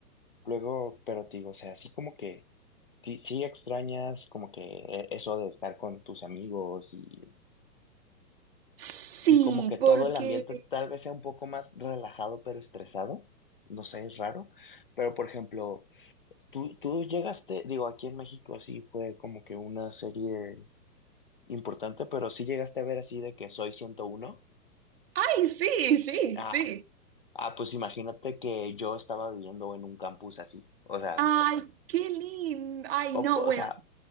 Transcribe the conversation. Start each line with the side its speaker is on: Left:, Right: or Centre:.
Left: Luego, pero te digo, o sea, así como que sí, sí extrañas como que e- eso de estar con tus amigos y,
Right: Sí,
Left: y como que todo
Right: porque...
Left: el ambiente tal vez sea un poco más relajado pero estresado. No sé, es raro. Pero por ejemplo, tú, tú llegaste, digo, aquí en México sí fue como que una serie importante, pero sí llegaste a ver así de que Soy ciento uno
Right: ¡Ay, sí, sí,
Left: Ah,
Right: sí!
Left: ah, pues imagínate que yo estaba viviendo en un campus así. O sea,
Right: ¡Ay, qué lindo! ¡Ay,
Left: o,
Right: no!
Left: o
Right: Bueno,
Left: sea,